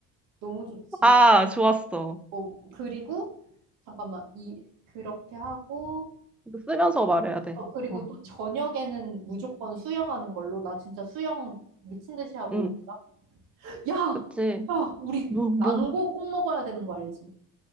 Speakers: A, on the right; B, in the centre.
A: 너무 좋지.
B: <laughs> 아, 좋았어.
A: 어, 그리고 잠깐만 이 그렇게 하고
B: 이거 쓰면서 말해야 돼.
A: 어, 그리고
B: 어,
A: 또 저녁에는 무조건 수영하는 걸로 나 진짜 수영 미친 듯이 하고
B: 응,
A: 있구나. 야,
B: 그치.
A: 야, 우리
B: 뭐, 뭐.
A: 망고 꼭 먹어야 되는 거 알지?